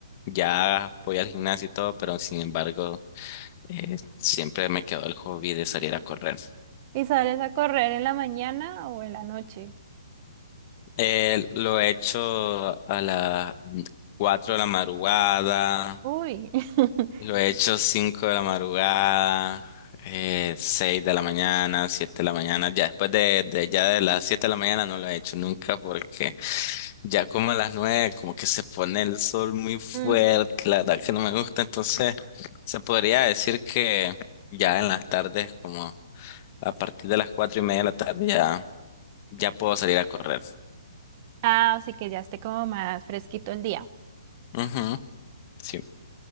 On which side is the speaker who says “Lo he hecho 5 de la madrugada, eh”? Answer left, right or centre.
Left